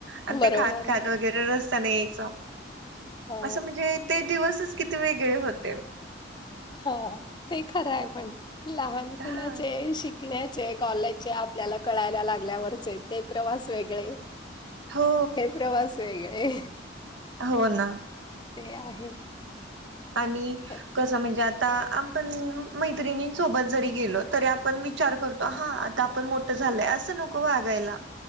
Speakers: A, on the right; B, on the left.
A: आणि
B: बरोबर
A: ते खात
B: आहे
A: खात वगैरे रस्ता नाही यायचं
B: हो
A: असं म्हणजे ते दिवसच किती वेगळे होते
B: हा ते खरं आहे पण लहानपणाचे
A: हा
B: शिक शिकण्याचे कॉलाचे आपल्याला कळायला लागल्यावरचे ते प्रवास वेगळे
A: हो
B: हे प्रवास वेगळे
A: हो ना
B: ते आहे
A: आणि
B: खरं
A: कसं म्हणजे आता आप पण मैत्रिणी सोबत जरी गेलो तरी आपण विचार करतो हा आता आपण मोठं झालय असं नको वागायला